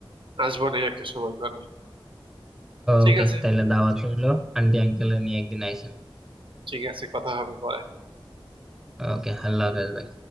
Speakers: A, on the right (about 65°); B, in the centre.
A: আসবো না একটা সময় করে ঠিক
B: ওকে
A: আছে
B: তাহলে দাওয়াত রইলো আন্টি আঙ্কেল নিয়ে একদিন আইসেন
A: ঠিক আছে কথা হবে পরে
B: ওকে আল্লাহ হাফেজ ভাই